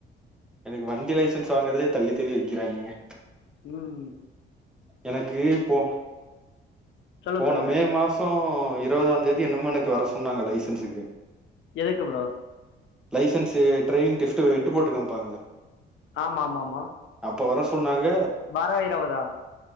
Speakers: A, in the centre; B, on the left.
A: எனக்கு வண்டி லைசன்ஸ் வாங்குறதே தள்ளி தள்ளி வக்கிறாய்ங்கங்க
B: ம் ம்
A: எனக்கு இப்போ
B: சொல்லுங்க
A: போன
B: சொல்லுங்க
A: மே மாசோ இருவதாந்தேதி என்னமோ எனக்கு வர சொன்னாங்க லைசன்ஸுக்கு
B: எதுக்கு ஃப்ரோ
A: லைசன்ஸு ட்ரைவிங் டெப்டு எட்டு போட்டு காம்ப்பாங்க
B: ஆமா ஆமா ஆமா
A: அப்போ வர சொன்னாங்க
B: வர இருவதா